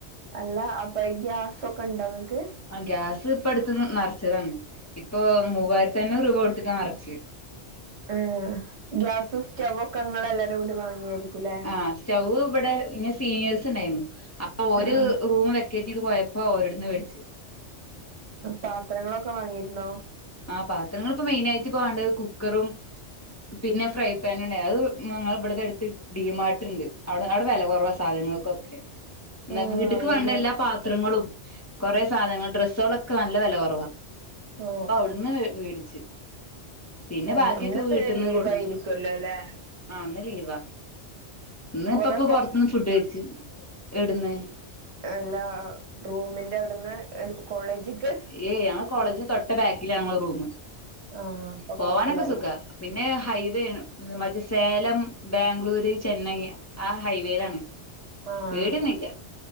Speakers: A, on the right; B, on the left.
A: അല്ല അപ്പൊ ഗ്യാസൊക്കെ ഉണ്ടോ ഇങ്ങക്ക്
B: ആഹ് ഗ്യാസ് ഇപ്പ എടുത്ത് നറച്ചതാണ് ഇപ്പൊ മൂവായിരത്തി അഞ്ഞൂറ് രൂപ കൊടുത്തിട്ടാ നറച്ച്
A: മം ഗ്യാസ് സ്റ്റവൊക്കെങ്ങള് എല്ലാരും കൂടി വാങ്ങിയായിരിക്കുംല്ലേ
B: ആ സ്റ്റവ് ഇവിടെ ഇവ്ടെ സീനിയേഴ്സ് ഉണ്ടായിരുന്നു അപ്പൊ ഓർ
A: ആഹ്
B: റൂം വെക്കേറ്റ് ചെയ്ത് പോയപ്പോ പ്പ ഓരിട്ത്ത്ന്ന്വേടിച്ചു
A: പാത്രങ്ങളൊക്കെ വാങ്ങിയിരുന്നോ
B: ആ ഹ് പാത്രങ്ങ പ്പ മെയിൻ ആയിട്ട് ഇപ്പ വേണ്ടത് കുക്കറും പിന്നെ ഫ്രൈ പാനും അത്ഞങ്ങൾ ഇവിടത്തെ എടുത്ത് ഡീമാർട്ട്ണ്ട് അവിടെ അവിടെ വില കുറവ സാധനങ്ങൾക്കൊക്കെ എന്ന
A: ആഹ്
B: വീട്ടക്ക്
A: അവിടുന്ന്
B: വേണ്ട എല്ലാ പാ പത്രങ്ങളും കുറെേ സാധനങ്ങും ഡ്രസ്സുകളൊക്കെ നല്ല വില കുറവാണ്
A: ഓ
B: അന്ന് വേടിച്ചു പിന്നെ
A: ആഹ്
B: ബാക്കിയൊക്കെ
A: ഇന്ന് പിന്നെ
B: വീട്ടന്ന്
A: ലീവ്
B: കൊടുന്ന്
A: ആയിരിക്കുവല്ലോ അല്ലേ
B: ആഹ് അന്ന് ലീവാ ഇന്ന്
A: കൊറെ
B: ഇപ്പപ്പൊ പുറത്തുന്ന് ഫുഡ് കഴിച്ചു എടുന്ന
A: എഹ് എല്ലാ റൂമിന്റെ അവിടുന്ന് കോളേജിക്ക്
B: ഏഹ് ആ കോളജ് തൊട്ട ബാക്കില ഞങ്ങളെ റൂമ്
A: ആഹ് ഇപ്പ
B: പോവാനൊക്കെ
A: കുഴപ്പില്ലല്ല
B: സുഖാ പിന്നെ ഹൈവേ ആണ് മറ്റേ സേലം, ബാംഗ്ലൂര്, ചെന്നൈ ആഹ് ഹൈവേയിലാണ്
A: ആഹ്
B: പേടിഒന്നില്ല